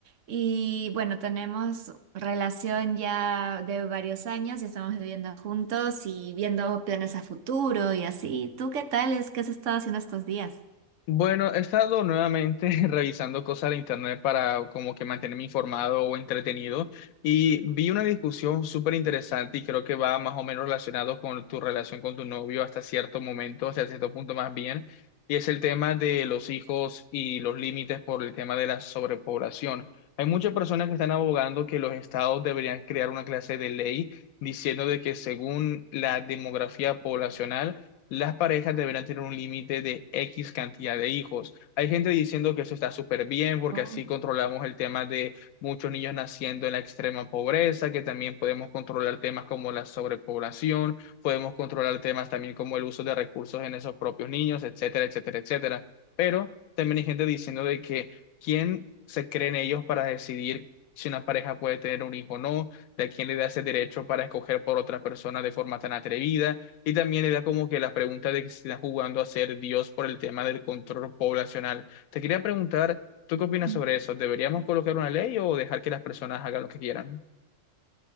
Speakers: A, on the right; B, on the left.
A: y bueno, tenemos relación ya de varios años y estamos viviendo juntos y viendo planes a futuro y así. ¿Tú qué tal? Es que has estado haciendo estos días?
B: Bueno, he estado nuevamente <laughs> revisando cosas de internet para como que mantenerme informado o entretenido y vi una discusión súper interesante y creo que va más o menos relacionado con tu relación con tu novio hasta cierto momento, hasta cierto punto más bien, y es el tema de los hijos y los límites por el tema de la sobrepoblación. Hay muchas personas que están abogando que los estados deberían crear una clase de ley diciendo de que según la demografía poblacional las parejas deberán tener un límite de X cantidad de hijos. Hay gente diciendo que eso está súper bien porque
A: Oh,
B: así controlamos el tema de muchos niños naciendo en la extrema pobreza, que también podemos controlar temas como la sobrepoblación, podemos controlar temas también como el uso de recursos en esos propios niños, etcétera, etcétera, etcétera. Pero también hay gente diciendo de que quién se creen ellos para decidir si una pareja puede tener un hijo o no, de quién le da ese derecho para escoger por otra persona de forma tan atrevida y también era como que la pregunta de que se está jugando a ser Dios por el tema del control poblacional. Te quería preguntar, ¿tú qué opinas
A: Mm.
B: sobre eso? ¿Deberíamos colocar una ley o dejar que las personas hagan lo que quieran?